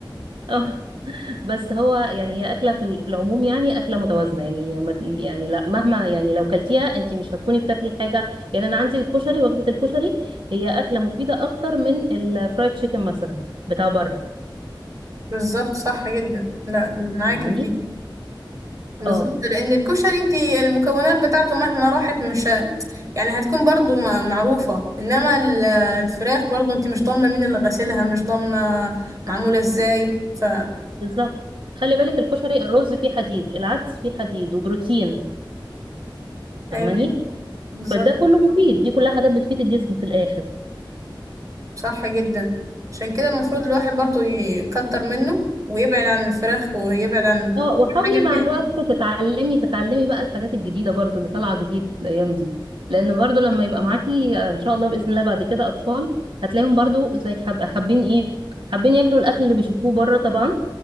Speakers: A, on the right (about 75°); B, on the right (about 40°).
A: اه <laughs> بس هو يعني هي أكلة في ال- في العموم يعني أكلة متوازنة يعني ما- يعني لا مهما يعني لو كلتيها أنت مش هتكوني بتاكلي حاجة يعني أنا عندي الكشري وجبة الكشري هي أكلة مفيدة أكتر من الفرايد تشيكن مثلا بتاع بره
B: بالظبط صح جدا لا معاكي
A: فاهماني
B: في دي بالظبط
A: اه
B: لان الكشري انت المكونات بتاعته مهما راحت مش ه- يعني هتكون برضو م- معروفة انما ال- الفراخ برضو انت مش ضامنة مين اللي غسلها مش ضامنة معمولة ازاي ف
A: بالظبط خلي بالك الكشري الرز فيه حديد العدس فيه حديد وبروتين
B: ايوه
A: فاهماني
B: بالظبط
A: فده كله مفيد دي كلها حاجات بتفيد الجسم في الآخر
B: صح جدا عشان كده المفروض الواحد برضو يكتر منه ويبعد عن الفراخ ويبعد عن
A: اه وحاولي
B: أي حاجة
A: مع
B: فيها
A: الوقت تتعلمي تتعلمي بقى الحاجات الجديدة برضو اللي طالعة جديد الأيام دي لأن برضو لما يبقى معاكي آه، إن شاء الله بإذن الله بعد كده أطفال هتلاقيهم برضو زي حب... حابين إيه حابين ياكلوا الأكل اللي بيشوفوه بره طبعا